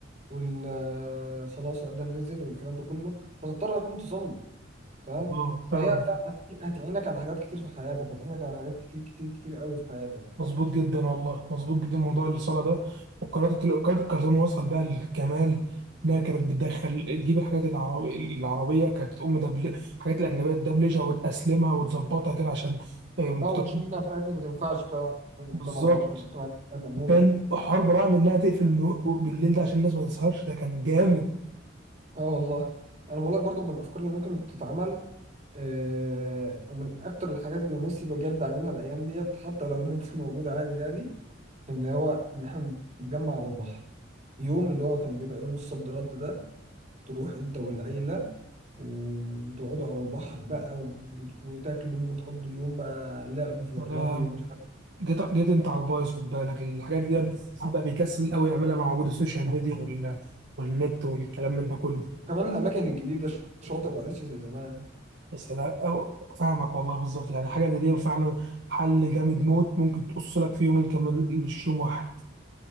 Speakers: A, on the right (about 35°); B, on the right (about 60°).
A: وال آه، خلاص الاذان نزل والكلام ده كله فتضطر هتقوم تصلي تمام
B: الله فعلا
A: فهي هت- هتعينك على حاجات كتير في حياتك هتعينك على حاجات كتير كتير كتير قوي في حياتك
B: مظبوط جدا والله مظبوط جدا موضوع الصلاه ده وقناه ال- قناه الكرتون وصل بقى للكمال انها كانت بتدخل تجيب الحاجات العربي العربيه كانت تقوم دبل الحاجات الاجنبيه تدبلجها وتاسلمها وتظبطها كده عشان آه، مكتب
A: اه وتشيل منها الحاجات اللي ما تنفعش فعلا في المجتمع
B: بالظبط
A: العربي المجتمع الإسلامي عموما
B: وكان حوار براعم انها تقفل النو- بالليل ده عشان الناس ما تسهرش ده كان جامد
A: اه والله انا بقول لك برضو من الافكار اللي ممكن تتعمل آه ومن اكتر الحاجات اللي نفسي بجد اعملها الايام ديت حتى لو النت <laughs> موجود عادي يعني اللي هو ان احنا نتجمع على البحر يوم اللي هو كان بيبقى يوم الصد رد ده تروح انت والعيلة وتقعدوا على البحر بقى و- وتاكلوا وتقضوا يوم بقى لعب في الرمل
B: انا
A: ومش عارف إيه.
B: جيت جيت انت على البايظ خد بالك الحاجات دي الواحد بقى بيكسل قوي يعملها مع وجود السوشيال ميديا وال- والنت والكلام من ده كله
A: كمان الأماكن الجديدة الشاطئ ما عادش زي زمان
B: بس انا أو فاهمك والله بالظبط يعني حاجه زي دي فعلا حل جامد موت ممكن تقص لك في يومين كمان مش يوم واحد